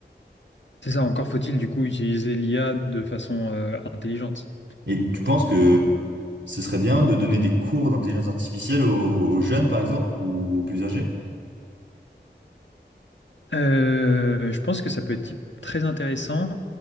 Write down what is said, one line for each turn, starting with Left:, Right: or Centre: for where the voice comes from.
Left: C'est ça, encore faut-il du coup utiliser l'IA de façon euh, intelligente.
Right: Et tu penses que ce serait bien de donner des cours d'intelligence artificielle aux, aux jeunes, par exemple, ou aux plus âgés?
Left: Euh, je pense que ça peut être typ- très intéressant